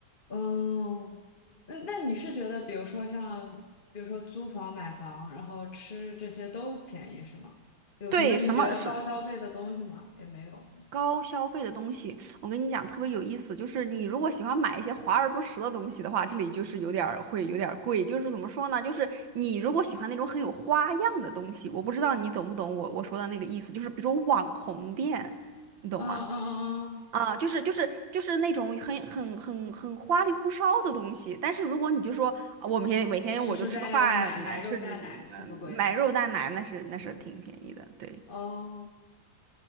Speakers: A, on the left (about 35°); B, on the right (about 80°).
A: 嗯，那那你是觉得，比如说像，比如说租房、买房，然后吃这些都便宜是吗？有什么你觉得高消费的东西吗？
B: 对，什么是
A: 也没有。
B: 高消费的东西？我跟你讲，特别有意思，就是你如果喜欢买一些华而不实的东西的话，这里就是有点儿会有点儿贵。就是怎么说呢？就是你如果喜欢那种很有花样的东西，我不知道你懂不懂我我说的那个意思，就是比如说网红店，你懂吗？
A: 嗯嗯嗯嗯，
B: 啊，就是就是就是那种很很很很花里胡哨的东西，但是如果你就说啊我每天每天我就吃个饭，
A: 实实在在的买买肉蛋奶是不贵的。
B: 呃吃吃呃买肉蛋奶，那是那是挺便宜的。对
A: 哦